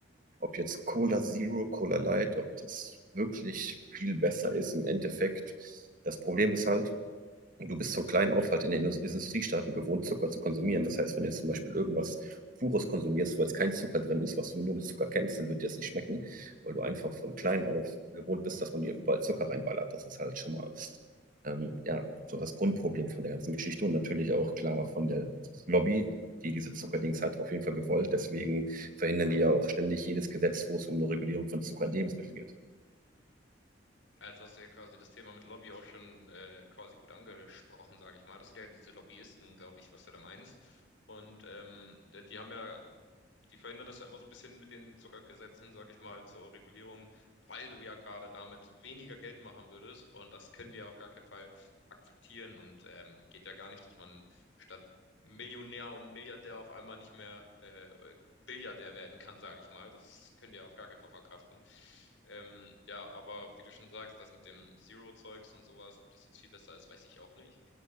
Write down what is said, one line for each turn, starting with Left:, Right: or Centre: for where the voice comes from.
Right: Ob jetzt Cola Zero, Cola Light, ob das wirklich viel besser ist im Endeffekt. Das Problem ist halt, und du bist so klein auf halt in den Indus- Industriestaaten gewohnt, Zucker zu konsumieren. Das heißt, wenn du jetzt zum Beispiel irgendwas Pures konsumierst, wo jetzt kein Zucker drin ist, was du nur mit Zucker kennst, dann wird dir das nicht schmecken, weil du einfach von klein auf gewohnt bist, dass man dir überall Zucker reinballert. Das ist halt schon mal, ähm, ja, so das Grundproblem von der ganzen Geschichte und natürlich auch klar von der Lobby, die diese Zuckerdings hat, auf jeden Fall gewollt. Deswegen verhindern die ja auch ständig jedes Gesetz, wo es um eine Regulierung von Zucker in Lebensmitteln geht.
Left: Jetzt hast du ja quasi das Thema mit Lobby auch schon äh, quasi gut angesprochen, sage ich mal. Das sind ja diese Lobbyisten, glaube ich, was du da meinst. Und ähm, die die haben ja, die verhindern das ja immer so ein bisschen mit den Zuckergesetzen, sage ich mal, zur Regulierung, weil du ja gerade damit weniger Geld machen würdest. Und das können die ja auf gar keinen Fall akzeptieren und ähm, geht ja gar nicht, dass man statt Millionär und Milliardär auf einmal nicht mehr äh, Billiardär werden kann, sage ich mal. Das könnt ihr auf gar keinen Fall verkraften. Ähm, ja, aber wie du schon sagst, das mit dem Zero-Zeugs und sowas, ob das jetzt viel besser ist, weiß ich auch nicht.